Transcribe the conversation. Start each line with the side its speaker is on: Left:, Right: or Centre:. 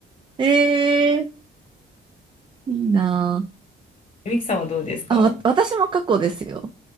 Right: <laughs> ええー、いいな
Left: ミキさんはどうですか
Right: あ。あ、わ、私も過去ですよ。